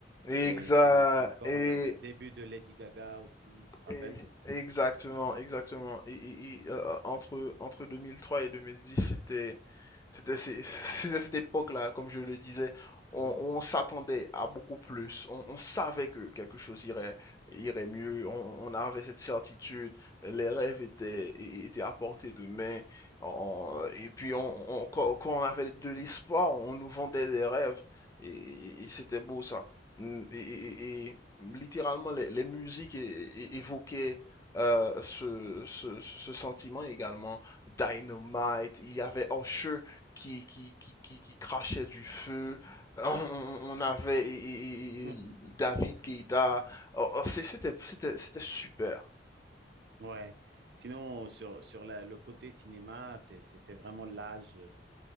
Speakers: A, on the left; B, on the right.
A: Exa-
B: et c'était c'était encore
A: et-
B: le, le début de Lady Gaga aussi, tu te rappelles?
A: et- exactement, exactement. Et, et- et, euh, entre, entre 2003 et 2010, c'était C'était c'est- c'est à <laughs> cette époque-là, comme je le disais,
B: Mhm.
A: on, on s'attendait à beaucoup plus. On, on savait que quelque chose irait, irait mieux. On, on avait cette certitude. Les rêves étaient, é- étaient à portée de main. On- et puis, on, on- quand, quand on avait de l'espoir, on nous vendait des rêves. Et, et- et c'était beau ça. Mm, Et, et- et- et littéralement, les, les musiques é- é- évoquaient euh, ce, ce
B: <laughs>
A: ce- ce sentiment également. Dynamite, il y avait Usher qui, qui, qui, qui, qui crachait du feu. <laughs> On, on- on avait et- et-
B: Mhm.
A: et- David Guetta. Oh, oh, c'est- C'était, c'était, c'était super.
B: Ouais. Sinon, sur, sur la- le côté cinéma, c'est- c'était vraiment l'âge.